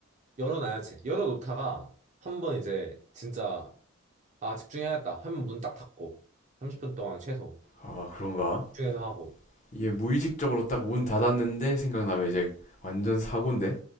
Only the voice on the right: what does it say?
열어놔야지. 열어놓다가 한 번 이제 진짜, 아, 집중해야겠다. 하면 문 딱 닫고. 30분 동안 최소
집중해서 하고.